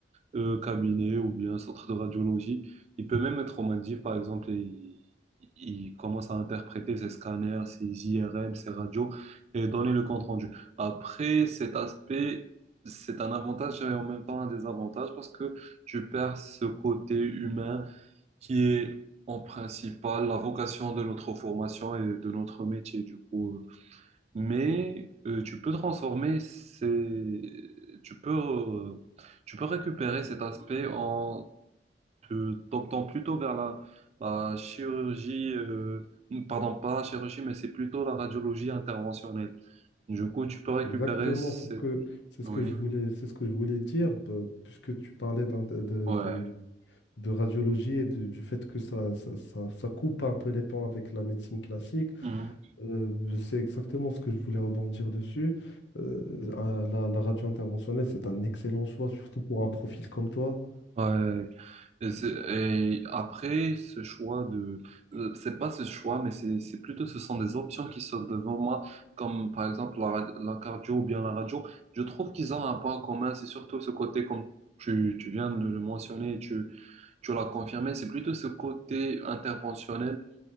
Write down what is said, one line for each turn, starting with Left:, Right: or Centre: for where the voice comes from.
Right: euh, cabinet ou bien centre de radiologie. Il peut même être aux Maldives, par exemple, et il, il commence à interpréter ses scanners, ses IRM, ses radios et donner le compte rendu. Après, cet aspect, c'est un avantage et en même temps un désavantage parce que tu perds ce côté humain qui est en principal la vocation de notre formation et de notre métier. Du coup, euh, mais euh, tu peux transformer ces... tu peux, euh, tu peux récupérer cet aspect en te t'optant plutôt vers la, la chirurgie, euh, pardon, pas la chirurgie, mais c'est plutôt la radiologie interventionnelle. Du coup, tu peux récupérer
Left: Exactement,
Right: cette...
Left: c'est ce que c'est ce
Right: Oui,
Left: que je voulais c'est ce que je voulais dire bah, puisque tu parlais d'un- de, de,
Right: ouais.
Left: de- de radiologie et de- du fait que ça, ça, ça, ça coupe un peu les pans avec la médecine classique.
Right: Mhm.
Left: euh, c'est exactement ce que je voulais rebondir dessus. Euh, ah, la, la radio interventionnelle, c'est un excellent choix, surtout pour un profil comme toi.
Right: Ouais. Et, c'est- et après, ce choix de, euh, c'est pas ce choix, mais c'est, c'est plutôt, ce sont des options qui sont devant moi, comme par exemple la, ra- la cardio ou bien la radio. Je trouve qu'ils ont un point commun, c'est surtout ce côté, comme tu, tu viens de le mentionner, et tu, tu l'as confirmé, c'est plutôt ce côté interventionnel